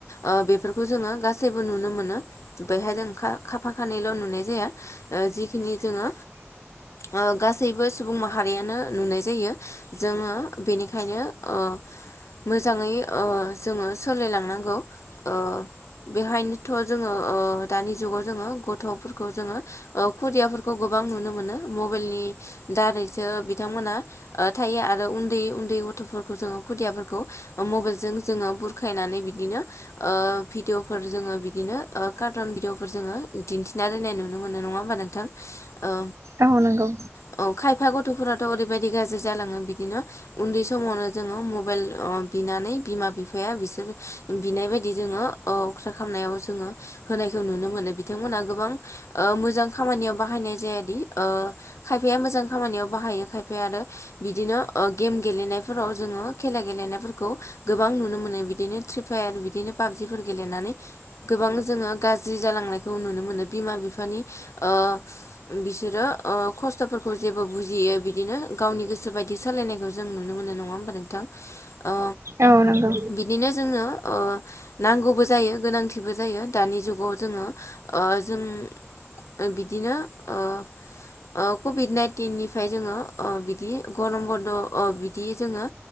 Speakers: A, on the left; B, on the right.
A: ओ बेफोर खौ जोङो गासैबो नुनो मोनो बेहाय जों खा फा खानैल' नुनाय जाया ओ जिखिनि जोङो ओ गासैबो सुबुं माहारियानो नुनाय जायो जोङो बेनिखायनो ओ मोजाङै ओ जोङो सोलिलांनांगौ ओ बेहायनोथ' जोङो ओ दानि जुगाव जोङो गथ'फोरखौ जोङो ओ खुदियाफोरखौ गोबां नुनो मोनो मबाइलनि दारैसो बिथांमोना ओ थायो आरो उन्दै उन्दै दै गथ'फोरखौ जोङो खुदियाफोरखौ मबाइलजों जोङो बुरखायनानै बिदिनो ओ भिदिअफोर जोङो बिदिनो ओ कार्टन भिदिअफोर जोङो दिन्थिना दोननाय नुनो मोनो नङा होमबा नोंथां। ओ
B: औ नंगौ।
A: औ खायफा गथ'फोराथ' ओरैबायदि गाज्रि जालाङो बिदिनो उन्दै समावनो जोङो मबाइल ओ बिनानै बिमा बिफाया बिसोर बिनाय बायदि जोङो औ अख्रा खालामनायाव जोङो होनायखौ नुनो मोनो। बिथांमोनहा गोबां ओ मोजां खामानियाव बाहाय नाय जाया दि ओ खायफाया मोजां खामानियाव बाहायो खायफाया आरो बिदिनो ओ गेम गेलनाय फोराव जोङो खेला गेलेनायफोरखौ गोबां नुनो मोनो। बिदिनो फ्रि फायार बिदिनो पाबजिफोर गेलेनानै गोबां जोङो गाज्रि जालांनायखौ नुनो मोनो बिमा बिफा नि ओ बिसोरो ओ खस्थ'फोरखौ जेबो बुजियै बिदिनो गावनि गोसो गोसो बायदि सोलायनायखौ जों नुनो मोनो नङा होमबा नों थां ओ
B: नंगौ
A: बिदिनो जोङो ओ नांगौबो जायो गोनांथिबो जायो दानि जुगाव जोङो ओ जों ओ बिदिनो ओ ओ कभिड नाइनटिननिफ्राय जोङो अ बिदि गरम बन्द' अ बिदि जोङो